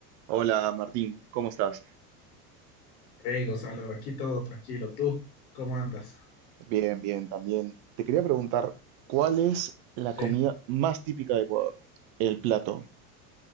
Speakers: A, on the right (about 55°); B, on the left (about 75°).
A: Hola Martín, ¿cómo estás?
B: Hey Gonzalo, aquí todo tranquilo. ¿Tú cómo andas?
A: Bien, bien, también. Te quería preguntar, ¿cuál es la
B: Sí,
A: comida más típica de Ecuador? El plato.